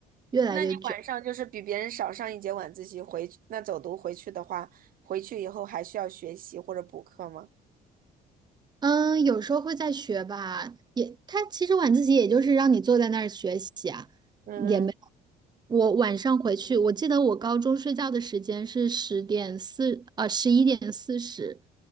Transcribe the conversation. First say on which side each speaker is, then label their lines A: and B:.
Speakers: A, on the right; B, on the right.
A: 越来越卷。
B: 那你晚上就是比别人少上一节晚自习回去，那走读回去的话，回去以后还需要学习或者补课吗？
A: 嗯，有时候会在学吧，也他其实晚自习也就是让你坐在那儿学习啊，
B: 嗯嗯，
A: 也没。我晚上回去，我记得我高中睡觉的时间是十点四，呃，十一点四十，